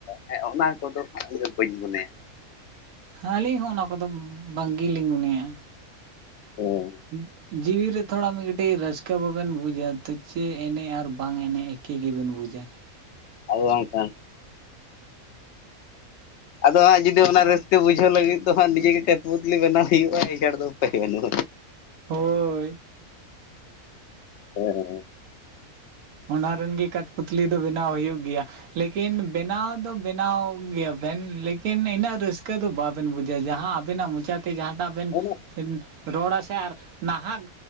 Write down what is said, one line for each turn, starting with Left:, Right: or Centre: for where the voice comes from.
Left: ᱦᱮᱸ ᱚᱱᱟ ᱠᱚᱫᱚ ᱤᱧᱫᱚ ᱵᱟᱹᱧ ᱢᱚᱱᱮᱭᱟ
Right: ᱟᱹᱞᱤᱧ ᱦᱚᱸ ᱚᱱᱟ ᱠᱚᱫᱚ ᱵᱟᱝᱜᱮᱞᱤᱧ ᱢᱚᱱᱮᱭᱟᱜ-ᱟ
Left: ᱦᱮ
Right: ᱦᱩᱸ ᱡᱤᱣᱤᱨᱮ ᱛᱷᱚᱲᱟ ᱢᱤᱫ ᱠᱟᱹᱴᱤᱡ ᱨᱟᱹᱥᱠᱟᱹ ᱵᱟᱵᱮᱱ ᱵᱩᱡᱟ ᱛᱚ ᱪᱮᱫ ᱮᱱᱮᱡ ᱟᱨ ᱵᱟᱝ ᱮᱱᱮᱡ ᱮᱠᱤ ᱜᱮᱵᱮᱱ ᱵᱩᱡᱟ
Left: ᱟᱫᱚ ᱵᱟᱝᱠᱷᱟᱱ ᱟᱫᱚ ᱦᱟᱸᱜ ᱡᱩᱫᱤ ᱚᱱᱟ ᱨᱟᱹᱥᱠᱟᱹ ᱵᱩᱡᱷᱟᱹᱣ ᱞᱟᱹᱜᱤᱫ ᱫᱚ ᱦᱟᱸᱜ ᱱᱤᱡᱮ ᱜᱮ ᱠᱟᱴᱯᱩᱛᱞᱤ ᱵᱮᱱᱟᱣ ᱦᱩᱭᱩᱜᱼᱟ ᱮᱪᱷᱟᱲᱟ ᱫᱚ ᱩᱯᱟᱹᱭ ᱵᱟᱹᱱᱩᱜᱼᱟ
Right: ᱦᱳᱭ
Left: ᱦᱮᱸ
Right: ᱚᱱᱟ ᱨᱮᱱ ᱜᱮ ᱠᱟᱴ ᱯᱚᱛᱞᱤ ᱫᱚ ᱵᱮᱱᱟᱣ ᱦᱩᱭᱩᱜ ᱜᱮᱭᱟ ᱞᱮᱠᱤᱱ ᱵᱮᱱᱟᱣ ᱫᱚ ᱵᱮᱱᱟᱣ ᱜᱮᱭᱟᱵᱮᱱ ᱞᱮᱠᱤᱱ ᱤᱱᱟᱹᱜ ᱨᱟᱹᱥᱠᱟᱹ ᱫᱚ ᱵᱟᱵᱮᱱ ᱵᱩᱡᱟ ᱡᱟᱦᱟᱸ ᱟᱵᱮᱱᱟᱜ ᱢᱚᱪᱟ ᱛᱮ ᱡᱟᱦᱟᱸᱟᱴᱟᱜ ᱵᱮᱱ
Left: ᱚᱱᱟ
Right: ᱨᱚᱲᱟ ᱥᱮ ᱟᱨ ᱱᱟᱦᱟᱜ